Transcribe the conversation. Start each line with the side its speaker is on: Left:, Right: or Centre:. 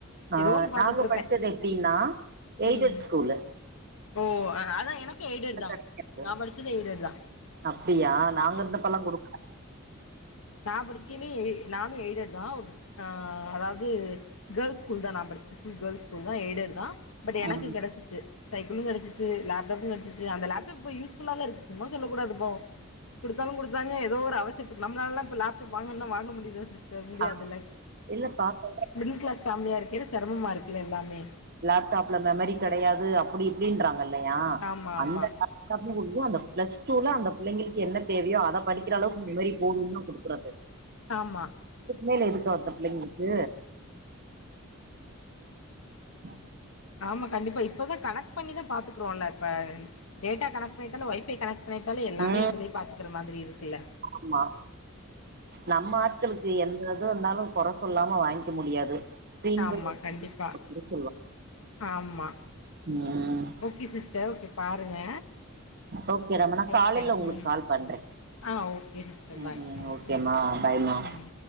Right: ஆ
Left: ஏதோ ஒன்று பார்த்துட்ருப்பேன்
Right: நாங்க படிச்சது எப்டின்னா எய்டட்
Left: ம்
Right: ஸ்கூல்லு
Left: ஓ அதா எனக்கு எய்டடு தா
Right: கெடைக்காது
Left: நா படுச்சது எய்டடு தா
Right: அப்டியா நாங்க இருந்தப்பள குடுக்கல
Left: நா படிச்சக்கல்லே எ நானு எய்டடுதா தா ஆ அதாவது கேர்ள்ஸ் ஸ்கூல் தா நா படிச்சது கேர்ள்ஸ் ஸ்கூல் தா எய்டடு தா பட் எனக்கு
Right: ம்
Left: கெடச்சுச்சு சைக்கிளு கெடச்சுச்சு லேப்டாப்பு கெடச்சுச்சு அந்த லேப்டாப்ப இப்ப யூஸ்ஃபுல்ல இருக்கு சும்மா சொல்ல கூடாதுப்பா குடுத்தாலு குடுத்தாங்க ஏதோ ஒரு அவசரத்துக்கு நம்மளால்ல இப்ப லேப்டப்பு வாங்கன்னா வாங்க முடியு சிஸ்டர் முடியாதுல்ல
Right: ஆ இல்லப்பா
Left: மிடில் கிளாஸ் ஃபேமிலியா இருக்க சிரமமா இருக்குல எல்லாமே
Right: லேப்டாப்ல மெமரி கெடையாது அப்டி இப்டின்றாங்க இல்லையா
Left: ஆமா ஆமா
Right: அந்த டியது அந்த பிளஸ் டூல அந்த <unintelligible> அந்த பிளஸ் டூ ல அந்த பிள்ளைங்களுக்கு என்ன தேவையோ அத படிக்கிற அளவுக்கு மெம்மரி போதுன் தா ப குடுக்குறது
Left: ஆமா
Right: இதுக்குமேல எதுக்கு அந்த பிள்ளைங்களுக்கு <inaudible>
Left: ஆமா கண்டிப்பா இப்பதா கணக் பண்ணிதா பாத்துக்றோல்ல இப்ப டேட்டா கனெக்ட் பண்ணிட்டாலோ ஒய்ஃபை கனெக்ட் பண்ணிட்டாலோ
Right: ம்
Left: எல்லாமே இதுலே பாத்துக்குற மாதிரி இருக்குல்ல
Right: ஆமா நம்ம ஆட்களுக்கு எந்த இது இருந்தாலு கொற சொல்லாம வாங்க்க முடியாது ஃப்ரீனு
Left: ஆமா
Right: போய்
Left: கண்டிப்பா ஆமா
Right: உம்
Left: ஓகே சி்ஸ்டர் ஓகே பாருங்க
Right: ஓகே டா மா நா
Left: ஓகேடா
Right: காலேயில ஒங்களுக்கு
Left: ம்
Right: கால் பண்றே
Left: ஆ ஓகே சிஸ்டர்
Right: உம்
Left: பாய்
Right: உம் ஓகேமா
Left: ம்
Right: பாய்மா
Left: ம்